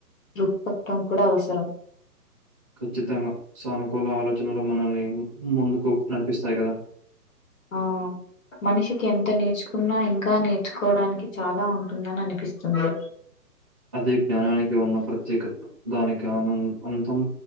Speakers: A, on the left; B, on the right.
A: దృక్పథం కూడా అవసరం
B: ఖచ్చితంగా సానుకూల ఆలోచనలు మనల్ని ముందుకు నడిపిస్తాయి కదా
A: ఆ మనిషికి ఎంత నేర్చుకున్నా, ఇంకా నేర్చుకోవడానికి చాలా ఉంటుందని అనిపిస్తుంది.
B: అదే జ్ఞానానికి ఉన్న ప్రత్యేకత. దానికి ఆనం అంతం